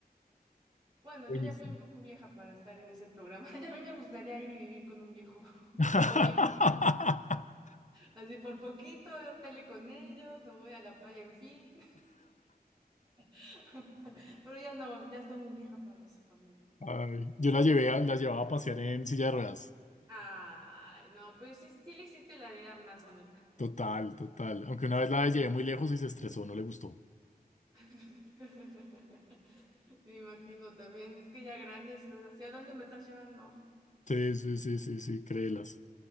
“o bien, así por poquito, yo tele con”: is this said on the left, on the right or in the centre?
Right